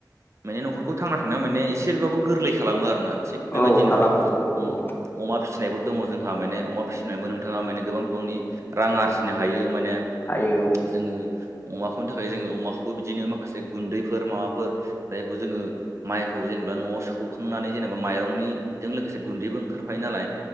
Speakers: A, on the right (about 40°); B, on the left (about 30°).
A: माने न'खरखौ थांना थांनायाव माने एसेबाबो गोरलै खालामो आरोना। थिग
B: औ
A: बेबायदिनो
B: औ खालामो औ
A: अमा
B: औ
A: फि सिनायफोर दङ जोंहा माने अमा फिसिनायबो नोंथाङा माने गोबां बिबांनि रां आरजिनो हायो। माने
B: हायो
A: जोङो अमाखौनि थाखाय जोङो अमाखौबो बिदिनो माखासे गुन्दैफोर माबाफोर जायखौ जोङो माइखौ जेनेबा <unintelligible> सखांनानै जेनेबा माइरंनिजों लोगोसे गुन्दैबो ओंखारफायो नालाय